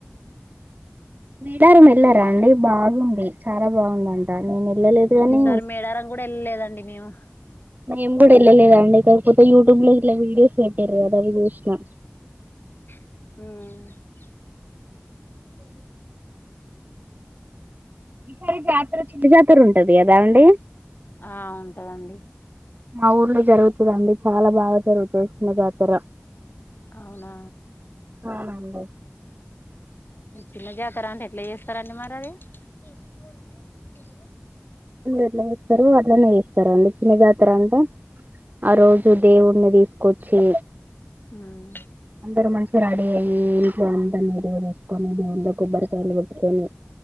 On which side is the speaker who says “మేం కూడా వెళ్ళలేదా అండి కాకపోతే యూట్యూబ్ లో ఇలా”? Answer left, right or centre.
Right